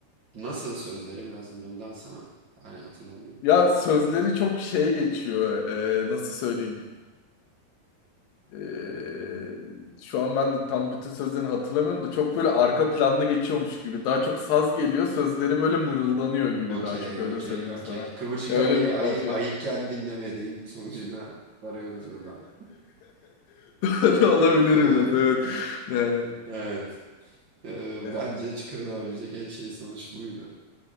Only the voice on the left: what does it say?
Ya sözleri çok şeye geçiyor. eee, nasıl söyleyeyim? Ee, şu an ben de tam bütün sözlerini hatırlamıyorum da çok böyle arka planda geçiyormuş gibi. Daha çok saz geliyor, sözleri böyle mırıldanıyor gibi
daha çok öyle
söyleyeyim
sana.
Ya öyle
bir
parça.
<laughs>
Doğru olabilir
biraz evet. Yani,
yani